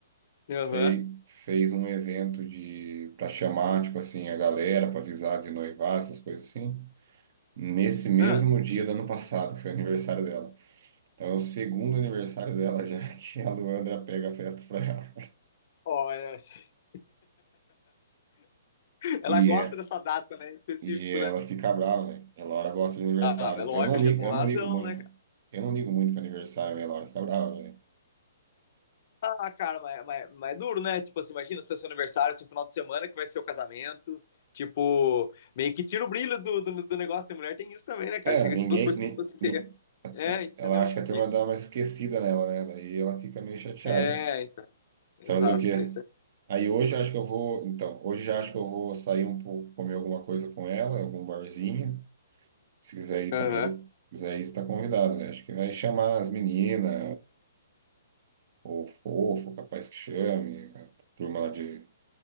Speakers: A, on the left; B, on the right.
A: Aham.
B: fez, fez um evento de para chamar, tipo assim, a galera, para avisar de noivar, essas coisas assim, nesse mesmo
A: Ah,
B: dia do ano passado, que foi o aniversário dela. Então é o segundo aniversário dela já <laughs> que a Luandra pega a festa pra ela.
A: Ó, é, <laughs> Ela
B: E,
A: gosta
B: é-
A: dessa data, né? Em específico,
B: e ela
A: né?
B: fica brava, velho. A Laura gosta de aniversário.
A: Ah, mas lógico,
B: Eu não ligo,
A: é com
B: eu
A: razão,
B: não ligo muito.
A: né, cara?
B: Eu não ligo muito pra aniversário, velho. A Laura fica brava, velho.
A: Ah, cara, mas, mas, mas é duro, né? Tipo assim, imagina seu, seu aniversário, seu final de semana, que vai ser o casamento. Tipo, meio que tira o brilho do, do, do negócio. Tem mulher, tem isso também, né, cara?
B: É,
A: Chega
B: ninguém.
A: se fosse por si,
B: ni-
A: fosse ser.
B: ni- a-
A: É, entendeu?
B: ela acha que a turma
A: E-
B: dá uma esquecida nela, né? Daí ela fica meio chateada.
A: É, então. Exato,
B: Você vai fazer o quê?
A: é isso
B: Aí hoje eu acho que eu vou. Então, hoje já acho que eu vou sair um pouco, comer alguma coisa com ela, algum barzinho. Se quiser ir
A: é.
B: também, de- se quiser ir, você está convidado, né? Acho que vai chamar as meninas. ou Fofo, capaz que chame, a turma lá de,